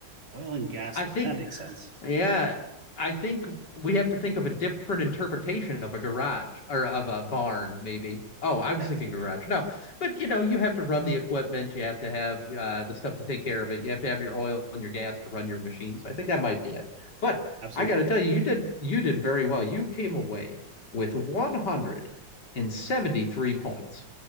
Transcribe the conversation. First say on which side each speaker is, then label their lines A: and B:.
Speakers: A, on the right; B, on the left.
A: Oil and gas
B: I
A: leak.
B: think
A: That makes sense.
B: yeah, I think we have to think of a different interpretation of a garage or of a barn, maybe. Oh, I was
A: Yes,
B: thinking garage. No, but you know, you have to run the equipment, you have to have uh, the stuff to take care of it, you have to have your oil and your gas to run your machine. So I think that might be it. But
A: absolutely.
B: I got to tell you, you did you did very well. You came away with 173 points.